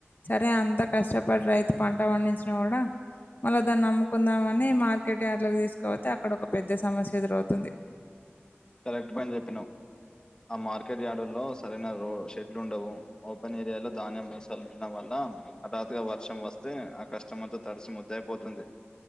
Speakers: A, on the left; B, on the left.
A: సరే అంత కష్టపడి రైతు పంట వం పండించిన కూడా మళ్ళీ దాన్ని నమ్ముకుందాం అని మ మార్కెట్ యార్డులకు తీసుకపోతే అక్కడ ఒక పెద్ద సమస్య ఎదురవుతుంది
B: కరెక్ట్ పైన చెప్పినావు ఆ మార్కెట్ యార్డుల్లో సరైన రో షెడ్లు ఉండవు ఓపెన్ ఏరియాలో ధాన్యం బలించడం వల్ల హఠాత్గా వర్షం వస్తే ఆ కష్టం అంతా తడిసి ముద్దయిపోతుంది